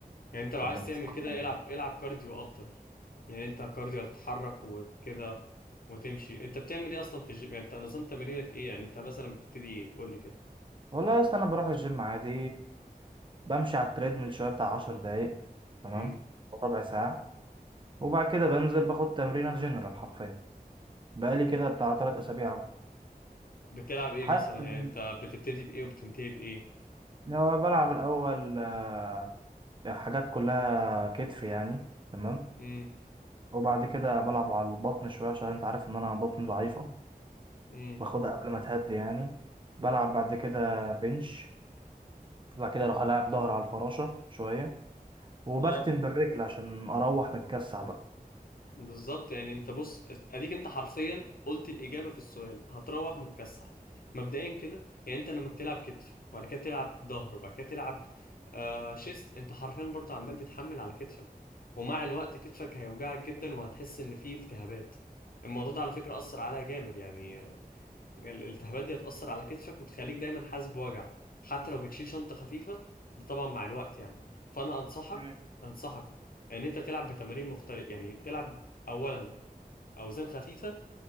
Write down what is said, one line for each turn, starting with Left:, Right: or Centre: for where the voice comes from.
Left: يعني انت لو عايز
Right: لما تستحمل
Left: تعمل كده العب العب كارديو افضل يعني انت كارديو هتتحرك وكده وتمشي انت بتعمل ايه اصلا في الجيم يعني انت نظام تمرينك ايه يعني انت مثلا بتبتدي ايه قول لي
Right: والله يا اسطى انا بروح الجيم عادي بمشي على التريدميل شويه بتاع 10 دقايق تمام
Left: كده
Right: او ربع ساعه وبعد كده بنزل باخد تمرينه جنرال حرفيا بقالي كده بتاع 3 اسابيع اهو
Left: بتلعب ايه
Right: حاسس
Left: مثلا
Right: ان
Left: يعني انت بتبتدي بايه وبتنتهي بايه
Right: لو بلعب الاول آه، حاجات كلها كتف يعني تمام
Left: امم
Right: وبعد كده بلعب على البطن شوية عشان انت عارف ان انا بطني ضعيفة
Left: امم
Right: باخدها قبل ما تهدي يعني بلعب بعد كده بنش بعد كده اروح العب ظهر على الفراشة شوية وبختم
Left: اه
Right: بالرجل عشان اروح متكسح بقى
Left: بالظبط يعني انت بص اديك انت حرفيا قلت الاجابه في السؤال هتروح متكسح مبدئيا كده يعني انت لما بتلعب كتف وبعد كده تلعب ظهر وبعد كده تلعب آه شيست انت حرفيا برضه عمال بتحمل على كتفك ومع الوقت كتفك هيوجعك جدا وهتحس ان فيه التهابات الموضوع ده على فكره اثر عليا جامد يعني الالتهابات دي هتأثر على كتفك وتخليك دايما حاسس بوجع حتى لو بتشيل شنطة خفيفة ده طبعا مع الوقت يعني فأنا أنصحك
Right: مم.
Left: أنصحك إن أنت تلعب بتمارين مختلفة يعني تلعب أولا أوزان خفيفة